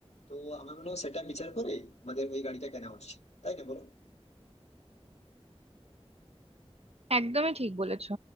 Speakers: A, on the left (about 85°); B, on the right (about 70°).
A: তো আমার মনে হয় সেটা বিচার করে আমাদের ওই গাড়িটা কেনা উচিত তাই না বলো
B: একদমই ঠিক বলেছো